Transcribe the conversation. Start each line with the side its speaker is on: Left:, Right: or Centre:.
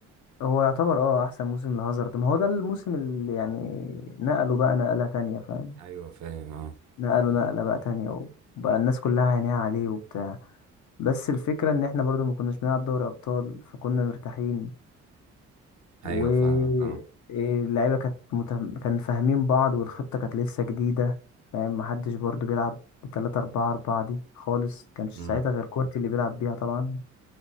Left: هو يعتبر اه احسن موسم لهازارد ما هو ده الموسم اللي يعني نقله بقى نقلة تانية فاهم
Right: ايوه فاهم اه
Left: نقله نقلة بقى تانية وبقى الناس كلها عينيها عليه وبتاع بس الفكرة ان احنا برضو ما كناش بنلعب دوري ابطال فكنا مرتاحين
Right: ايوه
Left: و
Right: فاهمك اه
Left: إيه، اللعيبة كانت متهم... كان فاهمين بعض والخطة كانت لسه جديدة فاهم محدش برضو بيلعب بتلاتة أربعة أربعة دي خالص كانش ساعتها
Right: امم
Left: غير كورتي اللي بيلعب بيها طبعا